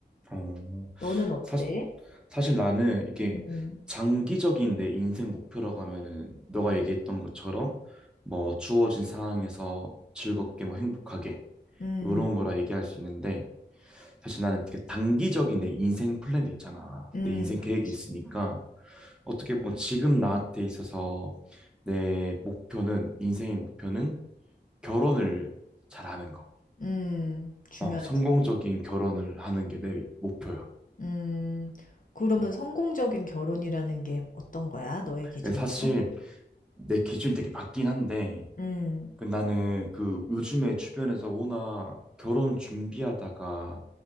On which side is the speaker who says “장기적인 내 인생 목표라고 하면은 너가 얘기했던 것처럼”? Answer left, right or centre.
Centre